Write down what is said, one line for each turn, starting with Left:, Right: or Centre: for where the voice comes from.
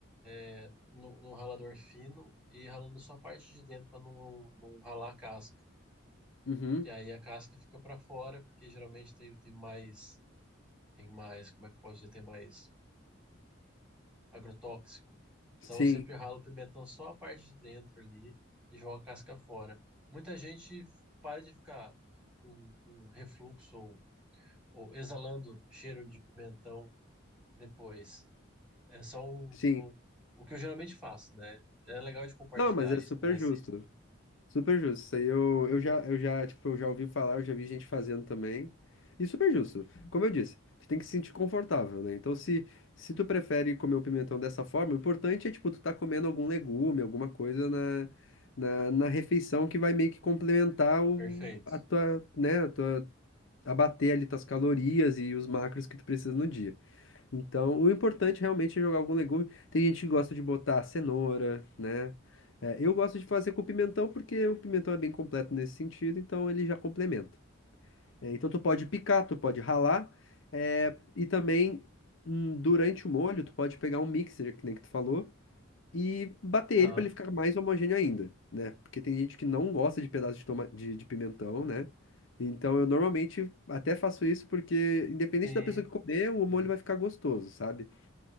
Centre: eh, no, no ralador fino e ralando só a parte de dentro para não, não ralar a casca.
Left: Uhum.
Centre: Que aí a casca fica para fora, porque geralmente tem, tem mais, tem mais, como é que pode dizer, tem mais agrotóxico.
Left: Sim,
Centre: Então eu sempre ralo o pimentão só a parte de dentro ali e jogo a casca fora. Muita gente para de ficar com, com refluxo ou, ou exalando cheiro de pimentão depois. É só um,
Left: sim.
Centre: um- o que eu geralmente faço, né? É legal de compartilhar
Left: Não, mas é
Centre: isso
Left: super
Centre: na receita.
Left: justo. Super justo. Isso aí eu, eu já, eu já, tipo, eu já ouvi falar, eu já vi gente fazendo também. E super justo. Como eu disse, tu tem que se sentir confortável, né? Então, se, se tu prefere comer o pimentão dessa forma, o importante é, tipo, tu tá comendo algum legume, alguma coisa na, na, na refeição que vai meio que complementar o,
Centre: Perfeito.
Left: a tua, né, a tua abater ali tuas calorias e os macros que tu precisa no dia. Então, o importante realmente é jogar algum legume. Tem gente que gosta de botar cenoura, né? É, eu gosto de fazer com pimentão porque o pimentão é bem completo nesse sentido, então ele já complementa. É, então tu pode picar, tu pode ralar, é, e também hum, durante o molho tu pode pegar um mixer, que nem que tu falou, e bater
Centre: Aham.
Left: ele para ele ficar mais homogêneo ainda, né? Porque tem gente que não gosta de pedaço de, toma- de, de pimentão, né? Então eu normalmente até faço isso porque, independente
Centre: Sim.
Left: da pessoa que comer, o
Centre: Uhum.
Left: molho vai ficar gostoso, sabe?